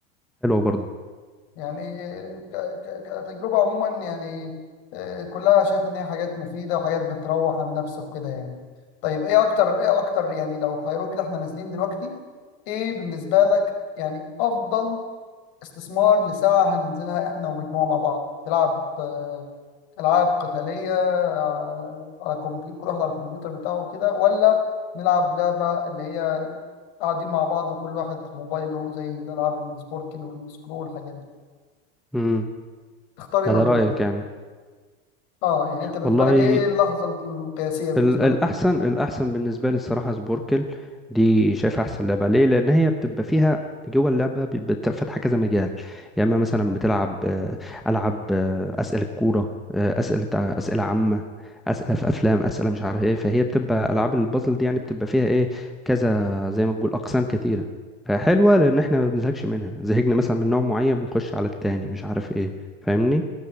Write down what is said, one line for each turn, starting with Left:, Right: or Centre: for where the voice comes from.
Centre: برضه
Left: يعني ك ك كتجربة عموما يعني آه، كلها شايف ان هي حاجات مفيدة وحاجات بتروح عن النفس وكده يعني طيب ايه اكتر ايه اكتر يعني لو خيروك كده احنا نازلين دلوقتي ايه بالنسبة لك يعني افضل استثمار لساعة هننزلها احنا ومجموعة مع بعض تلعب آه، العاب قتالية آه، على كمبيوتر كل واحد على الكمبيوتر بتاعه وكده ولا نلعب لعبة اللي هي قاعدين مع بعض وكل واحد في موبايله زي الالعاب السبوركل والسكرو والحاجات دي
Centre: امم
Left: تختاري
Centre: يعني
Left: ما
Centre: ده
Left: بينهم
Centre: رايك يعني
Left: اه يعني انت بالنسبه
Centre: والله
Left: لك ايه اللحظه القياسيه بالنسبه
Centre: ال- الأحسن
Left: لك
Centre: الأحسن بالنسبة لي الصراحة سبوركل دي شايف أحسن لعبة ليه؟ لأن هي بتبقى فيها جوه اللعبة بيبقى بت- فاتحة كذا مجال يا إما مثلا بتلعب آه، ألعب آه، أسئلة الكورة آه، أسئلة ع- أسئلة عامة أسئلة في أفلام أسئلة مش عارف إيه فهي بتبقى ألعاب البازل دي يعني بتبقى فيها إيه كذا زي ما تقول أقسام كتيرة فحلوة لأن إحنا ما بنزهقش منها زهقنا مثلا من نوع معين بنخش على التاني مش عارف إيه فاهمني؟